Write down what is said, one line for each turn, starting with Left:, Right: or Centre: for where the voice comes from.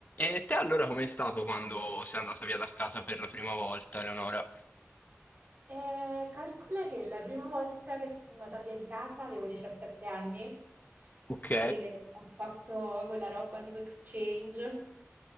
Left: E te allora com'è stato quando sei andata via da casa per la prima volta, Eleonora?
Right: Eh, calcola che la prima volta che sono andata via di casa avevo 17 anni
Left: Ok.
Right: e ho fatto quella roba tipo exchange.